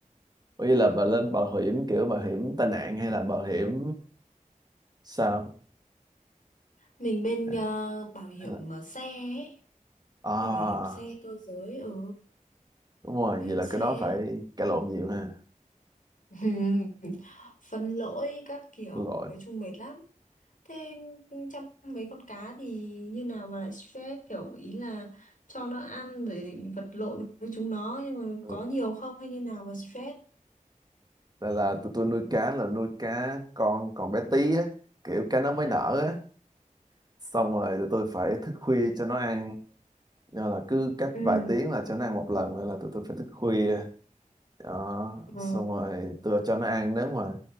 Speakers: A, on the right; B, on the left.
A: Ủa vậy là bà lên bảo hiểm kiểu bảo hiểm tai nạn hay là bảo hiểm sao?
B: mình bên
A: À,
B: ờ, bảo hiểm
A: hay là...
B: ờ, xe ấy
A: à
B: Về bảo hiểm xe cơ giới ừ
A: đúng rồi,
B: bảo hiểm
A: vậy là
B: xe
A: cái đó phải cãi lộn nhiều ha.
B: <laughs> phân lỗi các kiểu
A: lội
B: nói chung mệt lắm thế chăm mấy con cá thì như nào mà lại stress kiểu ý là cho nó ăn rồi vật lộn với chúng nó nhưng mà
A: Ừ.
B: có nhiều không hay như nào mà stress
A: là là tụi tôi nuôi cá là nuôi cá con còn bé tí á kiểu cá nó mới nở á xong rồi tụi tôi phải thức khuya cho nó ăn do là cứ cách
B: ừ.
A: vài tiếng là cho nó ăn một lần nên là tụi tôi phải thức khuya đó
B: ừ.
A: xong rồi tôi cho nó ăn nếu mà